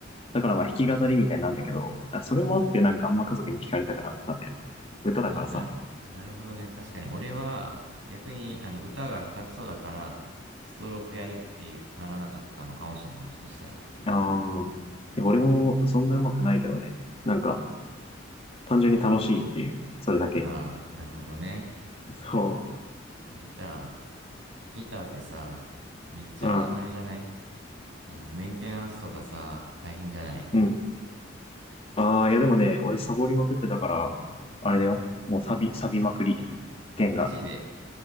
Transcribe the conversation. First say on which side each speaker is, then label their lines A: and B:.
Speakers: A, on the left (about 30°); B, on the right (about 70°).
A: だからまあ弾き語りみたいなんだけど、だからそれもあってなんかあんま家族に聞かれたくなかったんだよね。歌だからさ。
B: あ、なる、なるほどね。確かに、俺は逆にあの歌が下手くそだから、ストロークやるっていうならなかったのかもしれない、もしかしたら。
A: ああ、で俺もそんな上手くないけどね。なんか、単純に楽しいっていう、それだけ。
B: ああ、なるほどね。
A: そ
B: ギター。ギターってさ、めっちゃあれじゃない
A: う。うん。
B: あの、メンテナンスとかさ、大変じゃない
A: うん。ああ、いやでもね、俺サボりまくってたから、あれだよ。もうサビ、サビまくり。
B: あ、
A: 弦が。
B: マジで。